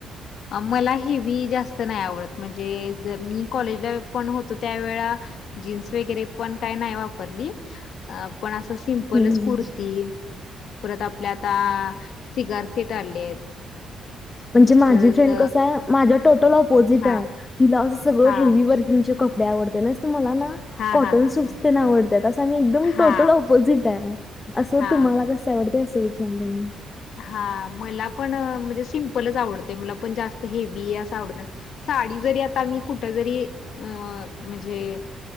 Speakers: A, on the left (about 65°); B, on the left (about 25°).
A: मला हेवी जास्त नाही आवडत, म्हणजे जर मी कॉलेजला पण होतो त्यावेेळा जीन्स वगैरे पण काय नाही वापरली. अ.. पण असं सिंमपलच
B: हं.
A: कुर्ती परत आपल्या आता सिगारसेट आले आहेत.
B: म्हणजे माझी
A: परत
B: फ्रेंड कस आहे, माझ्या टोटल आपोझिट
A: हा
B: आहे. तिला असं सगळं
A: हा
B: हेवी व तुमचे कपडे आवडतेय नास तू मला ना
A: हा
B: कॉटन
A: हा हा
B: सूट
A: हा
B: पण आवडतात, असं मी एकदम
A: हा
B: टोटल अपोजिट आहे. असं,
A: हा
B: 'तुम्हाला कस आवडते अस विचारलं मी'?
A: हा मला पण म्हणजे सिंम्पलच आवडते, मला पण जास्त हेवी असं आवडत नाही. साडी जरी आता मी कुठ जरी अ म्हणजे